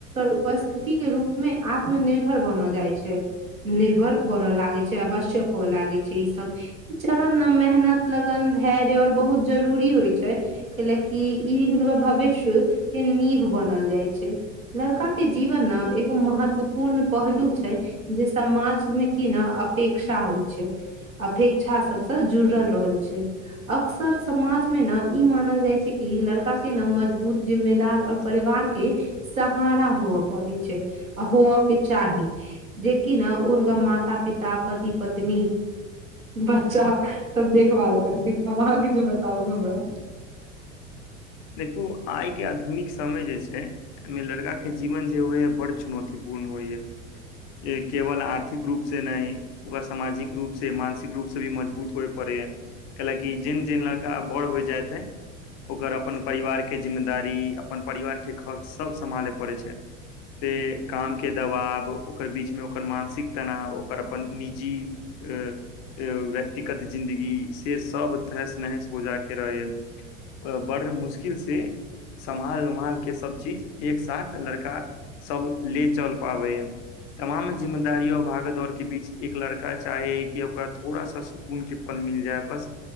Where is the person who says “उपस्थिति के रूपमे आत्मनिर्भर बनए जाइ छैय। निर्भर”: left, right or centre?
Right